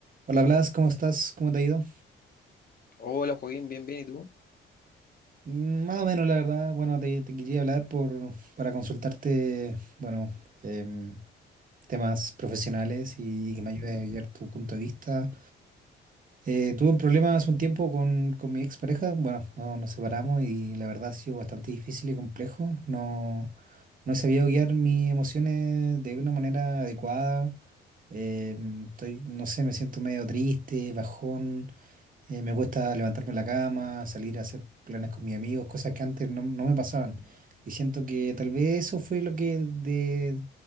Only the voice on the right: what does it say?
Hola Blas, ¿cómo estás? ¿Cómo te ha ido?
Mm, Más o menos, la verdad. Bueno, te, te quería hablar por, para consultarte, bueno, em, temas profesionales y, que me ayude a guiar tu punto de vista. Eh, tuve un problema hace un tiempo con, con mi expareja. Bueno, no, nos separamos y la verdad ha sido bastante difícil y complejo. No, no he sabido guiar mis emociones de una manera adecuada. Em, estoy, no sé, me siento medio triste, bajón. Eh, me gusta levantarme en la cama, salir a hacer planes con mis amigos, cosas que antes no, no me pasaban. Y siento que tal vez eso fue lo que de-